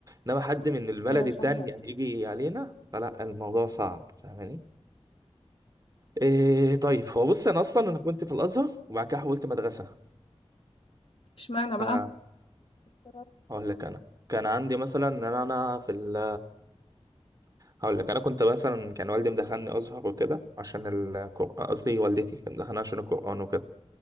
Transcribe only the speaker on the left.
أيوه
فاهمة
اشمعنى
بقى السبب